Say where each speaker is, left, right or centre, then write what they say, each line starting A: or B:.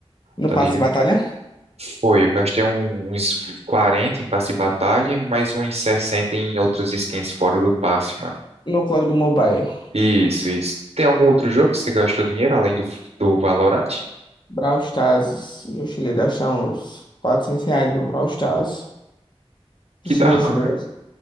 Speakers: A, on the left (about 45°); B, on the right (about 75°).
A: No
B: tá
A: passe
B: ligado?
A: de batalha?
B: Foi, eu gastei um, uns 40 em passe de batalha, e mais uns 60 em outras skins fora do passe, mano.
A: No código mobile.
B: Isso, isso. Tem algum outro jogo que você gastou dinheiro além do, do Valorant?
A: Brawl Stars, eu cheguei a gastar uns 400 reais no Brawl Stars.
B: Que
A: Você
B: da
A: já chegou
B: hora.
A: a gastar